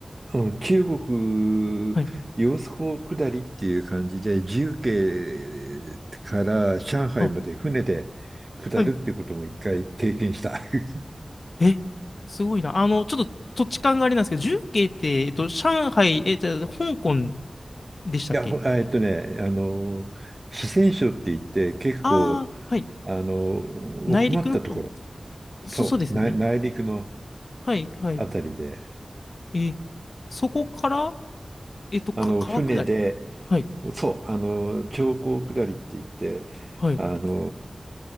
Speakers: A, on the right (about 35°); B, on the left (about 70°).
A: うん、中国、
B: はい。
A: 揚子江下りっていう感じで、重慶から上海まで船で下るってことも一回経験した。
B: あ、はい。
A: <laughs> い
B: え、すごいな。あの、ちょっと土地勘があれなんですけど、重慶って、えっと、上海、え、じゃあ、香港でしたっけ
A: や、ほあえっとね、あの、四川省って言って結構、
B: ああー、はい。
A: あの、奥まったところ、
B: 内陸の方、
A: そう、
B: そ、そうですよね。
A: 内内陸の
B: はい、はい。
A: あたりで、
B: え、そこからえっと、か、
A: あの、
B: 川下り
A: 船で
B: はい、
A: そう、あの、長江下りって言って、
B: はい。
A: あの